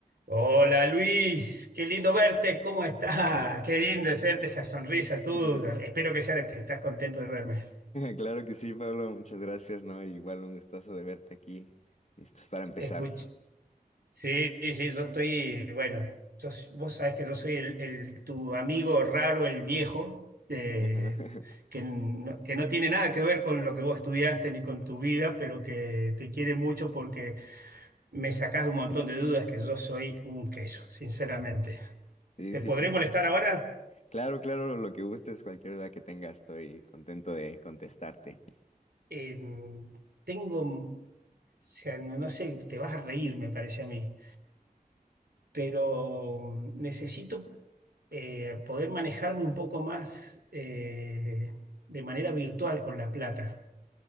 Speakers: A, on the right; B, on the left.
A: Hola Luis, qué lindo verte, ¿cómo estás? Qué lindo es verte esa sonrisa tuya.
B: <laughs>
A: Espero que sea que estás contento de verme.
B: Claro que sí, Pablo, muchas gracias, ¿no? Igual un gustazo de verte aquí. Listos para empezar.
A: Escuch- sí, sí, yo estoy, bueno, sos- vos sabés que yo soy el, el- tu amigo raro, el viejo, eh,
B: Ajá. <laughs>
A: que, no, que no tiene nada que ver con lo que vos estudiaste ni con tu vida, pero que te quiere mucho porque me sacás de un montón de dudas que yo soy un queso, sinceramente.
B: Sí,
A: ¿Te
B: sí,
A: podré
B: claro.
A: molestar ahora?
B: Claro, claro, lo que gustes, cualquier duda que tengas, estoy contento de contestarte.
A: Em, tengo. sea, no, no sé, te vas a reír, me parece a mí, pero mm, necesito eh, poder manejarme un poco más eh, de manera virtual con la plata.